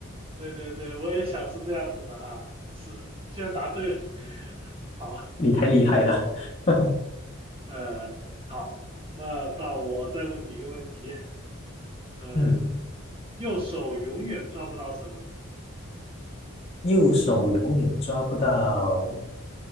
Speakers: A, on the right (about 25°); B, on the left (about 30°).
A: 对对对，我也想是这样子的啊，是，居然答对了，<laughs> 好，
B: 你太厉害了，<laughs>
A: 呃，好，那到我再问你一个问题，嗯，
B: 嗯，
A: 右手永远抓不到什么？
B: 右手永远抓不到